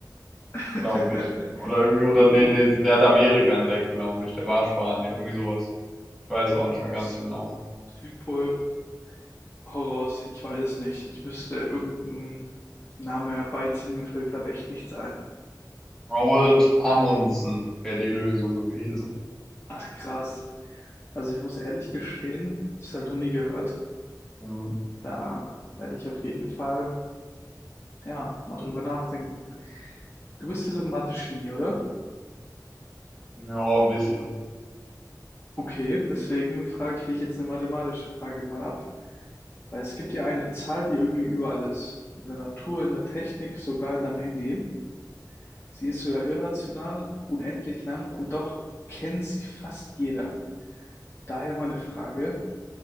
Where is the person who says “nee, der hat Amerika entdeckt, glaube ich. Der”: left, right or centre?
Centre